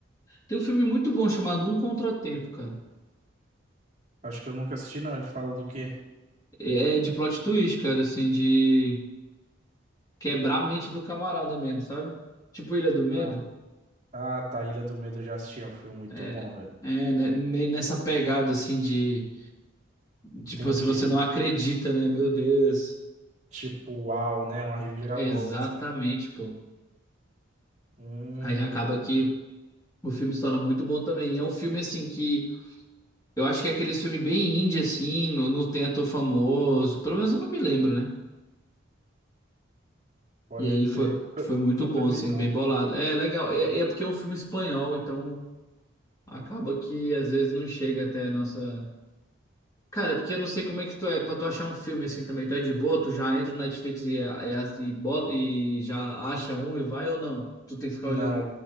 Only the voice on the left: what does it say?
Tem um filme muito bom chamado Um Contratempo, cara.
É de plot twist, cara, assim, de quebrar a mente do camarada mesmo, sabe? Tipo Ilha do Medo.
É,
é né, meio nessa pegada, assim, de.
Tipo, se você não acredita, né? Meu Deus.
Exatamente, pô.
Aí acaba que o filme se torna muito bom também. E é um filme, assim, que eu acho que é aquele filme bem indie, assim, não, não tem ator famoso. Pelo menos eu não me lembro, né?
E aí
foi,
foi muito
bom, assim,
bem bolado. É legal. É, é porque é um filme espanhol, então. Acaba que às vezes não chega até a nossa. Cara, é porque eu não sei como é que tu é pra tu achar um filme assim também. Tu é de boa, tu já entra no Netflix e, e, e, bota, e já acha um e vai ou não? Tu tem que ficar
olhando.